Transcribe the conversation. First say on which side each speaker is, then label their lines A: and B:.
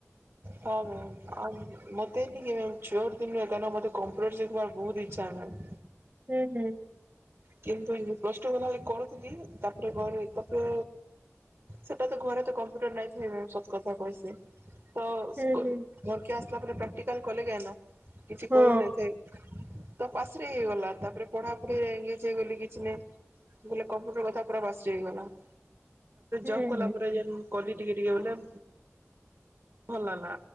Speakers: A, on the right (about 60°); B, on the right (about 40°).
A: ହଁ ମ୍ୟାମ୍ ଆଉ ମତେନିକି ମେମ ଚୋର୍ ନୁହେ କାରଁନ ମତେ କମ୍ପ୍ୟୁଟର ଶିଖବାର ବହୁତ ଇଛ୍ଚା ମାମ୍।
B: ହୁଁ ହୁଁ।
A: କିନ୍ତୁ ପ୍ଲସ ଟୁ କଲା ବେଳେ କରୁଥିଲି, ତାପରେ ଘରେ ତାପରେ ସେଟା ତ ଘରେ ତ କମ୍ପ୍ୟୁଟର ନାଇଁ ଥାଇ ମେମ ସତ କଥା କହିସି। ତ ଅ
B: ହୁଁ ହୁଁ
A: ଘରକେ ଆସ ଲା ପରେ ପ୍ରାକ୍ଟିକଲ କଲେ କାଇନ? କିଛି
B: ହଁ
A: କରୁନଥାଏ। ତ ପାସିରି ଗଲା, ତାପରେ ପଢାପଢି ରେ ଏଙ୍ଗେଜ୍ ହେଇଗଲି କିଛି ନାଇଁ। ବଲେ କମ୍ପ୍ୟୁଟର <unintelligible> ତାପରେ
B: ହୁଁ
A: ଜବ୍ କଲା ପରେ ଯେନ୍ କହଲି ଟିକେ ଟିକେ ବୋଲେ ଭଲ ହେଲା